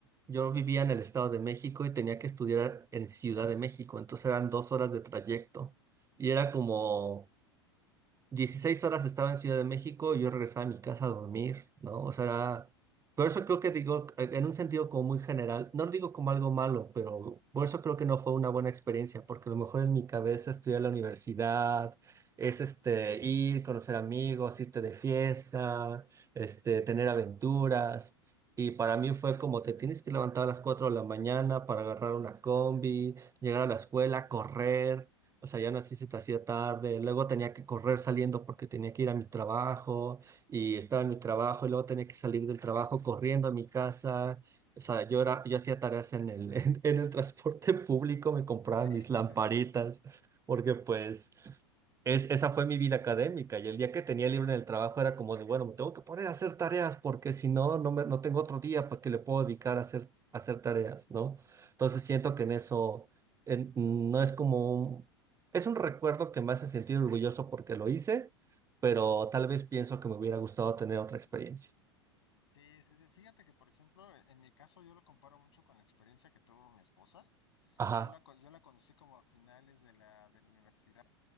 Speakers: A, on the right; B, on the left.
A: yo vivía en el Estado de México y tenía que estudiar en Ciudad de México, entonces eran dos horas de trayecto y era como, 16 horas estaba en Ciudad de México y yo regresaba a mi casa a dormir, ¿no? O sea, era- por eso creo que digo, en un sentido como muy general, no lo digo como algo malo, pero por eso creo que no fue una buena experiencia, porque a lo mejor en mi cabeza estudiar la universidad es este, ir, conocer amigos, irte de fiesta, este, tener aventuras. Y para mí fue como te tienes que levantar a las 4 de la mañana para agarrar una combi, llegar a la escuela, correr. O sea, ya aún así se te hacía tarde, luego tenía que correr saliendo porque tenía que ir a mi trabajo y estaba en mi trabajo y luego tenía que salir del trabajo corriendo a mi casa. O sea, yo era, yo hacía tareas en el, <laughs> en, en el transporte público, me compraba
B: Sí,
A: mis lamparitas
B: sí, sí.
A: porque pues es, esa fue mi vida académica y el día que tenía libre en el trabajo era como de, bueno, me tengo que poner a hacer tareas porque si no, no, me- no tengo otro día para que le puedo dedicar a hacer, a hacer tareas, ¿no? Entonces siento que en eso en- no es como un- es un recuerdo que me hace sentir orgulloso porque lo hice, pero tal vez pienso que me hubiera gustado tener otra experiencia.
B: Sí, sí, sí. Fíjate que, por ejemplo, en mi caso yo lo comparo mucho con la experiencia que tuvo mi esposa.
A: Ajá,
B: Yo la, con- yo la conocí como a finales de la, de la universidad.